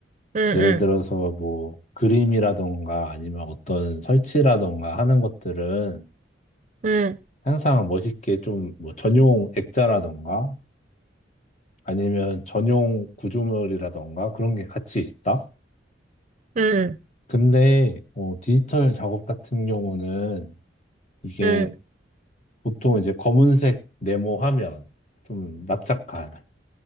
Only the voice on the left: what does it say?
예를
들어서 뭐 그림이라던가 아니면 어떤 설치라던가 하는 것들은
항상 멋있게 좀 뭐 전용 액자라던가 아니면 전용 구조물이라던가 그런 게 같이 있다.
근데 어, 디지털 작업 같은 경우는 이게
보통 이제 검은색 네모 화면 좀 납작한